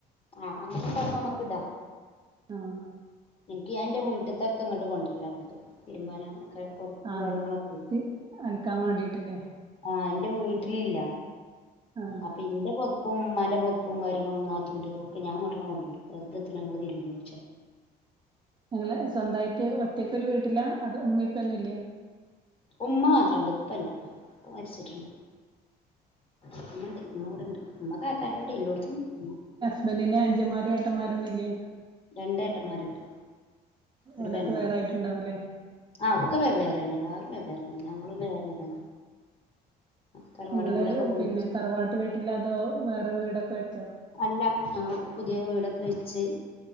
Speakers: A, on the left; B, on the right.
A: ആഹ് അങ്ങനെ ക്കാവുമ്പം മക്ക് ഇടാ
B: ആഹ്
A: ഇനിക്ക് ഞാന്റെ വീട്ടിത്തൊക്കെ ഇങ്ങട്ട് കൊണ്ടരല്ലാങ്ങട്ട് തിരുമ്പാനൊക്കെ പൊതപ്പും
B: ആഹ്
A: കാര്യങ്ങളൊക്കെ
B: ത് അലക്കാൻ വേണ്ടിട്ടില്ലേ
A: ആന്റെ വീട്ടിലില്ല
B: ആഹ്
A: അപ്പൊ ഇന്റെ പൊ ഉമ്മാൻ്റെ പൊതപ്പും കാര്യങ്ങളും നാത്തൂൻ്റെതൊക്കെ ഞാങ്ങട്ട് കൊണ്ടോരും വെറുതെന്തിനാ ഇങ്ങള് തിരുമ്പണോയ്ച്ചാണ്ട്
B: ഞങ്ങളെ സ്വന്തായിട്ട് ഒറ്റയ്ക്കൊരു വീട്ടിലാ അതോ ഉമ്മിം ഉപ്പൊന്നുംല്ലേ
A: ഉമ്മ മാത്രണ്ട് ഉപ്പല്ല മരിച്ചിട്ടുണ്ട് ഉമ്മണ്ട് ഉമ്മവിടൊണ്ട് ഉമ്മ കാക്കാൻ്റൊടിം എല്ലോടത്തും നിക്കുംന്ന്
B: ഇവനിന്നെ അനുജൻമാരും എട്ടന്മാരൊന്നില്ലേ
A: രണ്ടേട്ടന്മാരുണ്ട് ഒരു
B: ഓലൊക്കെ
A: പെങ്ങളും
B: വേറായിട്ടുണ്ടാവുല്ലേ
A: ആഹ് ഒക്കെ വെവ്വേറെയാണ് എല്ലാവരും വെവ്വേറെയാണ് ഞങ്ങളും വേറെയാണ് തറവാട്
B: നിങ്ങള്
A: വീടൊക്കെ പൊളിച്ചു
B: പിന്നെ തറവാട്ട് വീട്ടില്ലാതോ വേറെ വീടൊക്കെ വെച്ചോ
A: അല്ല ഞങ്ങളിപ്പം പുതിയ വീടൊക്കെ വെച്ച്